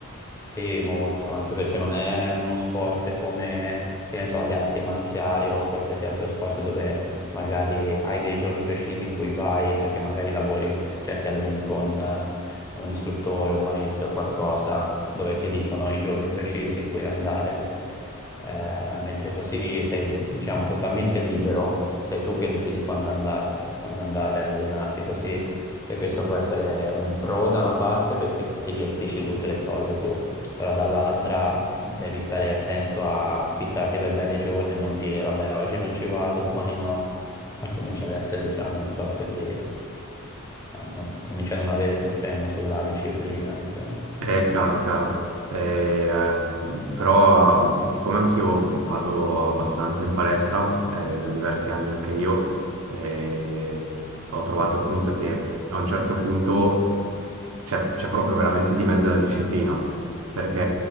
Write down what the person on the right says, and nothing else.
È chiaro, chiaro. Eh, eh, però siccome anch'io vado abbastanza in palestra, eh, da diversi anni anche io, eh, ho trovato appunto che a un certo punto c'è c'è proprio veramente di mezzo la disciplina, perché